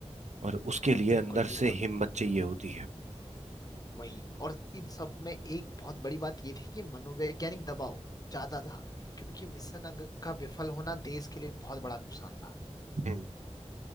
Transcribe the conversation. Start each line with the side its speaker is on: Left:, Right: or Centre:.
Right: और उसके लिए
Left: बिल्कुल
Right: अंदर
Left: बिल्कुल
Right: से हिम्मत चाहिए होती है
Left: वही और इन सब में एक बहुत बड़ी बात ये थी कि मनोवैज्ञानिक दबाव ज्यादा था क्योंकि मिशन अग- का विफल होना देश के लिए बहुत बड़ा नुकसान था
Right: हम्म।